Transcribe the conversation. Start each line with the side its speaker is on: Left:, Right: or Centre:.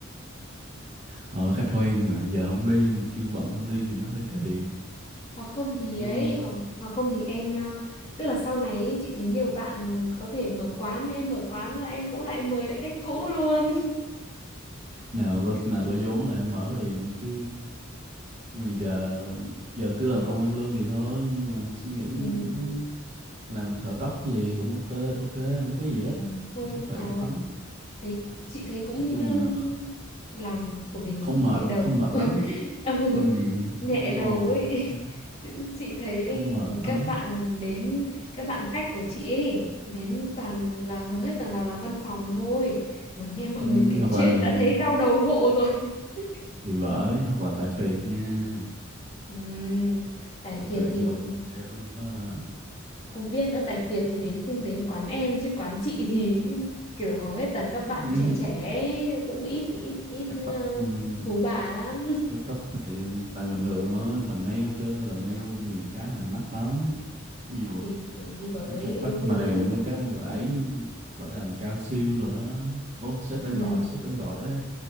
Right: họ khách quen mà giờ không đi mà kêu bận không đi thì nó hơi kỳ
Left: hoặc không thì
Right: đúng
Left: ấy
Right: không
Left: hoặc, hoặc không thì em ờ, tức là sau này ấy, chị thấy nhiều bạn có thể mở quán em mở quán là em cũng lại mời lại khách cũ luôn <laughs>
Right: nào có nào có vốn lại mở liền chứ nhưng mà giờ giờ cứ làm công ăn lương vậy thôi nhưng mà suy nghĩ
Left: ừ
Right: em thấy làm thợ tóc gì cũng ok ok không có gì hết á
Left: không
Right: cũng khỏe
Left: ờ
Right: khoắn
Left: thấy chị thấy cũng
Right: nói chung
Left: ừ,
Right: là
Left: làm của mình
Right: không mệt
Left: nhẹ đầu
Right: không mệt lắm
Left: <laughs> Ừ,
Right: ừ
Left: nhẹ
Right: nói
Left: đầu
Right: chung
Left: ấy
Right: là không
Left: <laughs> chị, chị thấy
Right: không mệt
Left: các
Right: lắm
Left: bạn đến các bạn khách của chị ấy đến toàn là hầu hết toàn là làm văn phòng thôi mà nghe mọi
Right: Ừ,
Left: người kể
Right: hoặc
Left: chuyện
Right: là
Left: đã thấy đau đầu hộ rồi <laughs>
Right: thì bởi hoặc là tại phiệt nha
Left: Ừm, tài
Right: tại
Left: phiệt
Right: phiệt
Left: thì
Right: đồ theo đó.
Left: không biết nữa tài phiệt thì đến khi đến quán em chứ quán chị thì <laughs> kiểu hầu hết toàn các bạn
Right: Ừm,
Left: trẻ trẻ ấy, cũng ít ít ít
Right: <laughs> cắt tóc ừm,
Left: ờ, phú bà lắm
Right: cắt tóc thì toàn bình thường thôi làm nail cơ làm nail nhiều cái làm mắc lắm ví dụ
Left: thì ừ, thì bởi
Right: mấy cái
Left: ừ
Right: mắt mèo
Left: đúng
Right: mấy cái mà ấy phải làm cao siêu rồi đó ô sếp em
Left: ừ
Right: gọi sếp em gọi ê